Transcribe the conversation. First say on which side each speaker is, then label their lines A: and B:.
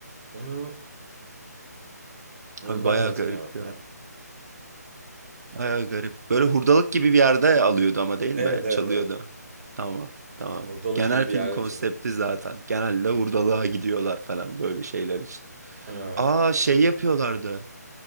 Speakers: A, on the right; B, on the right.
A: Onu, onu
B: Abi
A: ben
B: bayağı
A: de hatırlayamadım
B: garip ya.
A: ya.
B: Bayağı garip. Böyle hurdalık gibi bir yerde alıyordu ama değil
A: Evet
B: mi?
A: evet
B: Çalıyordu.
A: evet.
B: Tamam, tamam.
A: Hurdalık
B: Genel
A: gibi bir
B: film
A: yerde
B: konsepti
A: çalıyordu.
B: zaten. Genelde hurdalığa gidiyorlar falan böyle şeyler için.
A: Ee,
B: Aa şey yapıyorlardı.